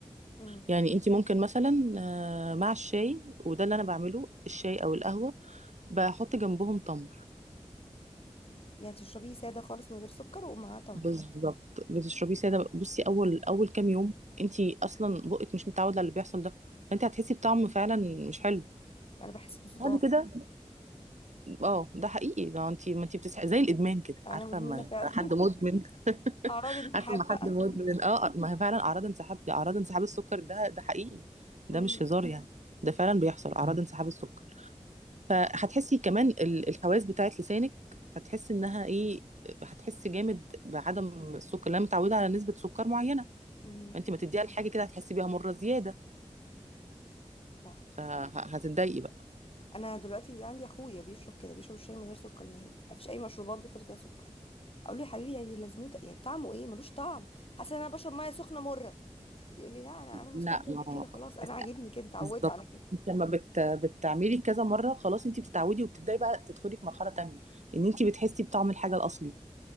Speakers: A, on the left (about 55°); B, on the right (about 85°).
A: امم
B: يعني انت ممكن مثلا آه، مع الشاي وده اللي انا بعمله الشاي او القهوه بحط جنبهم تمر
A: يعني تشربيه ساده خالص من غير سكر ومعاه تمر
B: بالظبط بتشربيه ساده بصي اول اول كام يوم انت اصلا بقك مش متعود على اللي بيحصل ده فانت هتحسي بطعم فعلا مش حلو
A: انا بحس بصداع
B: بعد كده اه ده حقيقي ده انت ما انت بتصحي زي الادمان كده
A: انا
B: عارفه
A: مدمنه
B: اما
A: فعلا
B: حد مدمن
A: <laughs>
B: <laughs>
A: اعراض التحاب
B: عارفه اما
A: بقى
B: حد مدمن اه آه، ما هي فعلا اعراض انسحاب دي اعراض انسحاب السكر ده ده حقيقي ده
A: امم
B: مش هزار يعني ده فعلا بيحصل اعراض انسحاب السكر فهتحسي كمان ال- الحواس بتاعت لسانك هتحسي انها ايه هتحسي جامد بعدم السكر لأن متعوده على نسبه سكر معينه
A: امم
B: فانت ما تديها لحاجه كده هتحسي بيها مره زياده
A: صح
B: فهتتضايقي بقى
A: انا دلوقتي عندي اخويا بيشرب كده بيشرب الشاي من غير سكر نهائي مفيش اي مشروبات بيحط فيها سكر اقول له يا حبيبي يعني لازمته يعني طعمه ايه ملوش طعم حاسه ان انا بشرب ميه سخنه مره يقول لي لا انا انا مستمتع
B: لا ما
A: بيه كده خلاص انا
B: است-
A: عاجبني كده اتعودت
B: بالظبط
A: على كده
B: انت لما بت... بتعملي كذا مره خلاص انت بتتعودي وبتبداي بقى تدخلي في مرحله تانية ان انت بتحسي بطعم الحاجه الاصلي